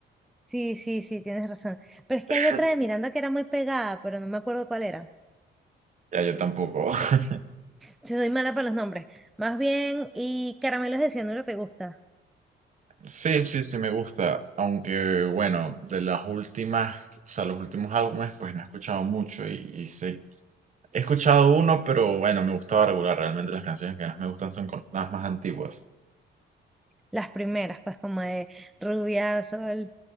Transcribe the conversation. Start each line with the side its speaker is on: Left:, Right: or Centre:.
Centre: Sí, sí, sí, tienes razón. Pero es que
Right: <laughs>
Centre: hay otra de Miranda que era muy pegada, pero no me acuerdo cuál era.
Right: Ya, yo tampoco. <laughs>
Centre: Si soy mala para los nombres. Más bien, y Caramelos de Cianuro te gusta.
Right: Sí, sí, sí me gusta, aunque bueno, de las últimas, o sea, los últimos álbumes, pues no he escuchado mucho y, y sé He escuchado uno, pero bueno, me gustaba regular. Realmente las canciones que más me gustan son con- las más antiguas.
Centre: Las primeras, pues como de Rubia, Sol,